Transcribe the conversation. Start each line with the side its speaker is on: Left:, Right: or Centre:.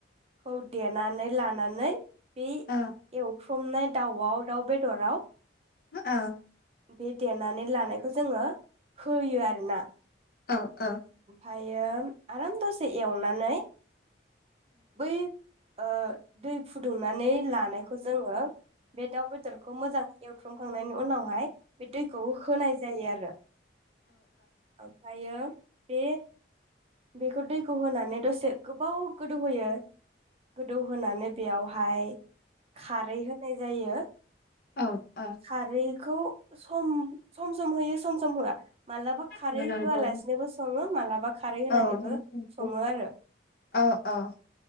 Right: खौ देनानै लानानै बे एव
Left: औ
Right: एवफ्रामनाय दाउआव दाउ बेदराव
Left: ओ
Right: बे देनानै लानायखौ जोङो होयो आरोना
Left: ओ ओ
Right: ओमफायो आराम दसे एवनानै बै ओ दै फुदुंनानै लानायखौ जोङो बे दाउ बेदरखौ मोजाङै एवथ्रमखांनायनि उनावहाय बे दैखौ होनाय जायो आरो ओमफ्रायो बे बेखौ दैखौ होनानै दसे गोबाव गोदौहोयो गोदौहोनानै बेयावहाय खारै होनाय जायो
Left: औ औ
Right: खारै खौ सम सम सम होयो सम सम होआ मालाबा खारै
Left: औ नंगौ
Right: होआलासिनोबो सङो मालाबा होनानैबो
Left: औ <unintelligible>
Right: सङो आरो
Left: औ औ